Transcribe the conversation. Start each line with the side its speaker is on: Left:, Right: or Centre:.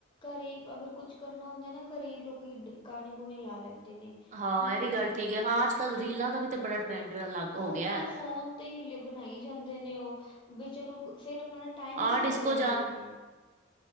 Left: ਘਰੇ ਈ ਅਗਰ ਕੁੱਛ ਕਰਨਾ ਹੁੰਦੈ ਨਾ, ਘਰੇ ਈ ਲੋਕੀ ਗਾਣੇ-ਗੁਨੇ ਲਾ ਲੈਂਦੇ ਨੇ।
Right: ਹਾਂ,
Left: ਮੈਂ
Right: ਐਵੀ
Left: ਤੇ
Right: ਗਾੱਲ ਠੀਕ ਏ, ਹਾਂ ਅੱਜ-ਕਲ
Left: ਹਾਂ
Right: ਰੀਲਾਂ ਦਾ ਵੀ ਤੈ ਵੀ ਬੜਾ ਟਰੈਂਡ ਅਲਗ ਹੋਗਿਆ।
Left: ਉਹੀ ਤੇ ਨਾ ਫੋਨ ਤੇ ਹਿਲ ਬਨਾਈ ਜਾਂਦੇ ਨੇ ਓ, ਬੀ ਚਲੋ ਗੂ ਫੇਰ ਅਪ ਅਪਨਾ ਟਾਈਮ
Right: ਆਹ
Left: ਵੀ
Right: ਡਿਸਕੋ
Left: ਕੱਡ ਲੈਂਦੇ ਨੇ। <inaudible>